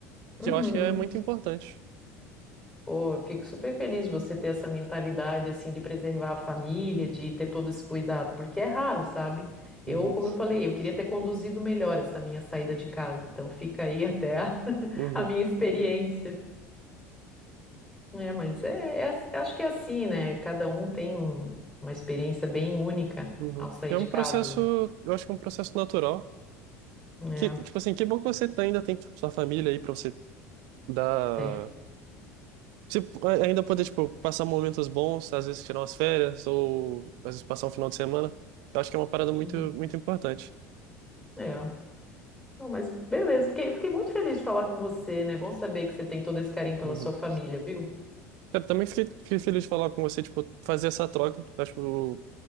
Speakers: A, on the left; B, on the right.
A: Uhum.
B: que eu acho que é muito importante.
A: Pô, eu fico super feliz de você ter essa mentalidade, assim, de preservar a família, de ter todo esse cuidado, porque é raro, sabe? Eu,
B: Uhum,
A: como eu falei, eu queria ter conduzido melhor essa minha saída de casa, então fica aí até a, <laughs>
B: uhum,
A: a minha experiência. É, mas é, é ass- acho que é assim, né? Cada um tem um- uma experiência bem única
B: uhum.
A: ao sair
B: E É
A: de
B: um
A: casa,
B: processo,
A: né?
B: eu acho que é um processo natural.
A: É,
B: Que, tipo assim, que bom que você tá- ainda tem tipo, sua família aí pra você dar.
A: tem.
B: Se, ainda poder, tipo, passar momentos bons, às vezes tirar umas férias, ou às vezes passar um final de semana. Eu acho que é uma parada muito,
A: Uhum.
B: muito importante.
A: É. Não, mas beleza, fiquei, fiquei muito feliz de falar com você, né? Bom saber que você tem todo esse carinho pela
B: Uhum.
A: sua família, viu?
B: Cara, também fiquei, fiquei feliz de falar com você, tipo, fazer essa troca. Acho